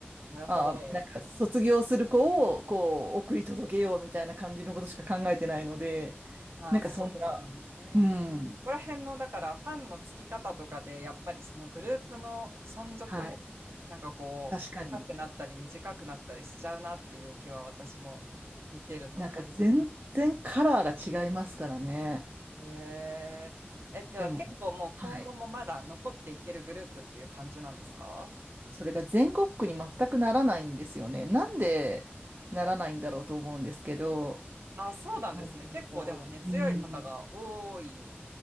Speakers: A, on the right; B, on the right.
A: なるほど。
B: ああ、なんか卒業する子をこう送り届けようみたいな感じのことしか考えてないので、
A: まあそうですよね。
B: なんかそんな、うん、
A: そこら辺の、だからファンのつき方とかで、やっぱりそのグループの存続も、
B: はい。
A: なんかこう、
B: 確かに
A: 長くなったり短くなったりしちゃうなっていう気は私も見てると感じます。
B: なんか全然カラーが違いますからね。
A: へえー。え、じゃあ結構もう今後もまだ残っていけるグループっていう感じなんですか
B: でも、はい。それが全国区に全くならないんですよね。なんでならないんだろうと思うんですけど、
A: あ、そうなんですね。
B: あの、
A: 結構でも根強い方が多い
B: うん、